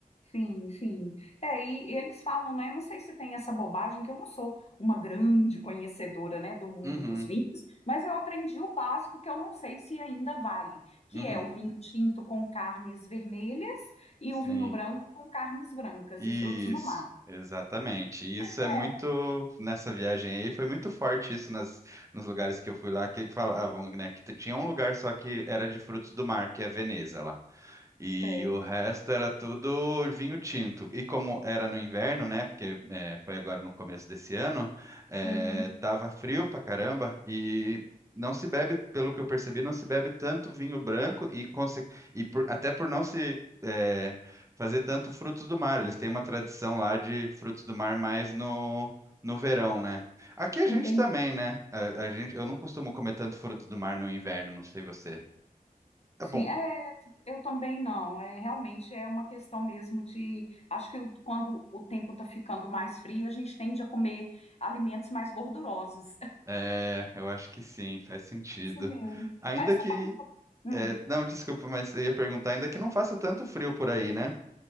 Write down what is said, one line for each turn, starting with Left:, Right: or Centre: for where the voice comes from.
Left: Sim, sim. É, e, e eles falam, né? Eu não sei se tem essa bobagem, que eu não sou uma grande conhecedora, né, do mundo
Right: Uhum,
Left: dos vinhos, mas eu aprendi o básico que eu não sei se ainda vale, que
Right: uhum,
Left: é o vinho tinto com carnes vermelhas e
Right: sim.
Left: o vinho branco com carnes brancas
Right: Isso,
Left: e frutos do mar.
Right: exatamente. Isso é
Left: É,
Right: muito, nessa viagem aí, foi muito forte isso nas, nos lugares que eu fui lá, que falavam, né, que t- tinha um lugar só que era de frutos do mar, que é Veneza lá. E
Left: certo.
Right: o resto era tudo vinho tinto. E como era no inverno, né? Porque é, foi agora no começo desse ano, é,
Left: Uhum,
Right: tava frio pra caramba e não se bebe, pelo que eu percebi, não se bebe tanto vinho branco e, conse- e por- até por não se é, fazer tanto frutos do mar. Eles têm uma tradição lá de frutos do mar mais no, no verão, né? Aqui a
Left: entendi.
Right: gente também, né? A, a gente, eu não costumo comer tanto fruto do mar no inverno, não sei você. Tá
Left: Sim,
Right: bom,
Left: é, eu também não. É, realmente é uma questão mesmo de. Acho que o- quando o tempo está ficando mais frio, a gente tende a comer alimentos mais gordurosos.
Right: É, eu acho que sim, faz sentido.
Left: Sim.
Right: Ainda
Left: Aí você
Right: que.
Left: comentou. Hum.
Right: é, não, desculpa, mas eu ia perguntar, ainda que não faça tanto frio por aí, né?